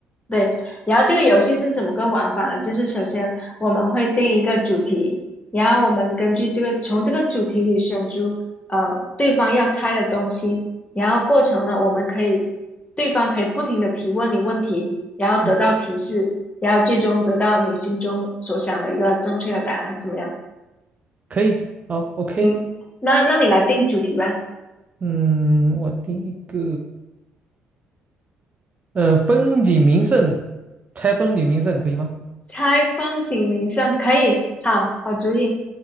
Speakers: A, on the left; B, on the right.
A: 对，然后这个游戏是怎么个玩法呢？就是首先我们会定一个主题，然后我们根据这个从这个主题里选出呃对方要猜的东西，然后过程呢，我们可以对方可以不停的提问你问题，然后得到提示，
B: 嗯，
A: 然后最终得到你心中所想的一个正确的答案，怎么样？
B: 可以，好，OK，
A: 行，那那你来定主题吧。
B: 嗯，我第一个，呃，风景名胜，猜风景名胜可以吗？
A: 猜风景名胜可以，好好主意。